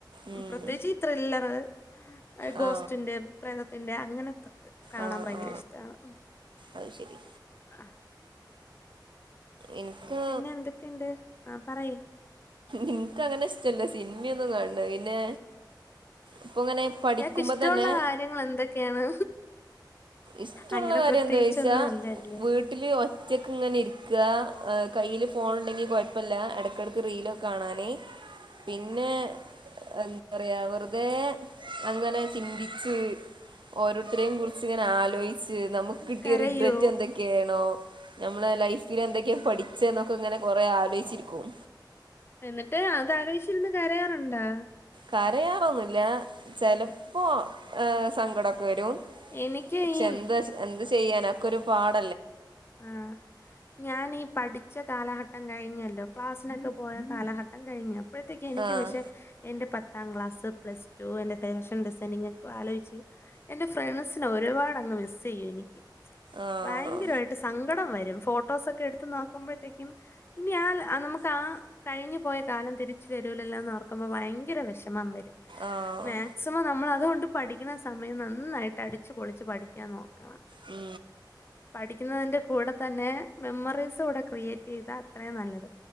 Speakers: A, on the right (about 85°); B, on the left (about 30°).
A: ഉം
B: പ്രത്യേകിച്ച് ഈ ത്രില്ലറ് ഗോസ്റ്റിന്റെ
A: ആ
B: പ്രേതത്തിന്റെ അ ങ്ങനത്തൊക്കെ കാണാൻ
A: ആ
B: ഭയങ്കര
A: ആ
B: ഇഷ്ടാണ്
A: അത് ശരി
B: ആ
A: എനിക്ക്
B: പിന്നെ എന്തൊക്കെയുണ്ട് ആ പറയ്
A: എനിക്ക് അങ്ങനെ ഇഷ്ടല്ലാ സിനിമയൊന്നും കാണണത് പിന്നെ ഇപ്പ ഇങ്ങനെ പഠിക്കുമ്പോ
B: ഇയാക്ക് ഇഷ്ടൊള്ള
A: തന്നെ
B: കാര്യങ്ങൾ എന്തൊക്കെയാണ്
A: ഇഷ്ടൊള്ള
B: അങ്ങനെ
A: കാര്യം
B: പ്രത്യേകിച്ചൊന്നും
A: എന്തോയ്ച്ചാ
B: ഇല്ലല്ലേ
A: വീട്ടില് ഒറ്റക്ക് ഇങ്ങനെ ഇരി ക്ക ആ കയ്യിയില് ഫോണുണ്ടെങ്കി കുഴപ്പല്ല ഇടക്കിടക്ക് റീലൊകാണാന് പിന്നെ എന്താ പറയാ വെറുതെ അങ്ങനെ ചിന്തിച്ച് ഓരോരുത്തരെയും കുറിച്ച് ഇങ്ങനെ ആലോചിച്ച് നമുക്ക് കിട്ടിയ
B: കരയോ
A: റിഗ്രറ്റ് എന്തൊക്കെയാണോ നമ്മളെ ലൈഫിൽ എന്തൊക്കെയാ പഠി ച്ചേ എന്നൊക്കെ ഇങ്ങനെ കൊറെ അലോയിച്ചിരിക്കും
B: എന്നിട്ട് അത് അലോയിച്ചിരുന്നു കരയാറുണ്ടാ
A: കരയാറൊന്നുമില്ല ചെലപ്പോ
B: ഇല്ല
A: ഏ സങ്കടൊ ക്ക വരും
B: എനിക്ക്
A: പക്ഷെ
B: ഈ
A: എന്ത എന്ത് ചെയ്യാന അതക്കൊരു പാഠ
B: ആഹ് ഞാനീ പഠി ച്ച കാലഘട്ടം കഴിഞ്ഞല്ലോ ക്ലാസ്സിനൊക്ക പോയ കാലഘട്ടം കഴിഞ്ഞ് അപ്പഴത്തേക്ക് എനിക്ക്
A: ആഹ്
B: പക്ഷെ എന്റെ പ പത്താം ക്ലാസ് പ്ലസ് ടു എന്റെ ഫാഷൻ ഡിസൈനിങ് ഒക്കെ ആലോചിച്ച് എന്റെ ഫ്രണ്ട്സിന് ഒരുപാട് അങ്ങ് മിസ്സെയ്യും എനിക്ക്
A: ആഹ്
B: ഭയ സങ്കടം വരും ഫോട്ടോസൊക്കെ എടുത്തു നോക്കുമ്പോഴത്തേക്കും ഇനി ആ ലെ ആ നമ്മക്ക് ആ കഴിഞ്ഞു പോയത് കാലം തിരിച് വരൂല്ലല്ലോന്നോർക്കുമ്പോ ഭയങ്കര വിഷമം വരും
A: ആഹ്
B: മാക്സിമം നമ്മളതുകൊണ്ട് പഠിക്കുന്ന സമയം നന്നായിട്ട് അടിച്ചു പൊളിച്ച് പഠിക്കാൻ നോക്കണം
A: ഉം
B: പഠിക്കുന്നതിൻ്റെ കൂടെ തന്നെ മെമ്മറീസ് കൂടെ ക്രിയേറ്റ് ചെയ്ത അത്രയും നല്ലത്